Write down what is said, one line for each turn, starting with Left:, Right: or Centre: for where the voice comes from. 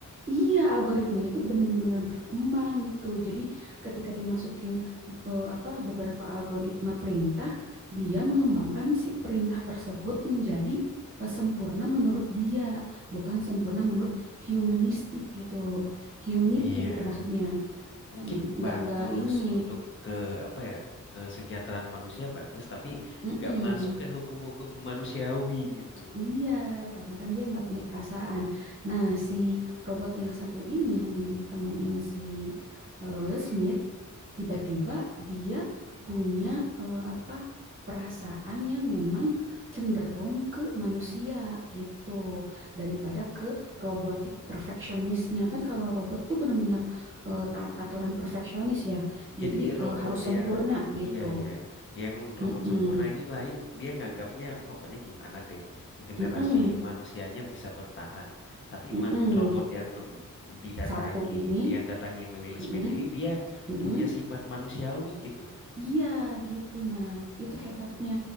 Right: Iya, algoritmanya itu benar-benar berkembang gitu. Jadi ketika dimasukin eh, apa beberapa algoritma perintah, dia mengembangkan si perintah tersebut menjadi eh, sempurna menurut dia, bukan sempurna menurut humanistik gitu, humanity
Left: Iya,
Right: gitu maksudnya.
Left: mungkin
Right: Mm, Nggak
Left: bagus
Right: nggak ini.
Left: untuk ke apa ya kesejahteraan manusia bagus, tapi
Right: Mm-mm.
Left: nggak masuk ke hukum-hukum manusiawi gitu.
Right: Iya, karena kan dia nggak punya perasaan. Nah, si robot yang satu ini yang ditemuin si eh, Will Smith, tiba-tiba
Left: Iya.
Right: dia punya eh, apa perasaan yang memang cenderung ke manusia gitu daripada ke robotik perfeksionisnya. Kan kalau robot tuh bener-bener eh, taat aturan perfeksionis ya,
Left: Jadi
Right: jadi
Left: robot
Right: eh, harus sempurna
Left: yang
Right: gitu.
Left: iya iya, yang robot
Right: Mm-mm.
Left: sempurna ini lain dia nganggapnya pokoknya gimana deh generasi
Right: Mm-mm.
Left: manusianya bisa bertahan. Tapi
Right: Mm-mm.
Left: man- robot yang didatangi
Right: Satu ini.
Left: yang datangin Will
Right: Mm-mm,
Left: Smith ini dia
Right: mm-mm.
Left: punya sifat manusiawi gitu.
Right: Iya gitu. Nah, itu
Left: Oh,
Right: hebatnya.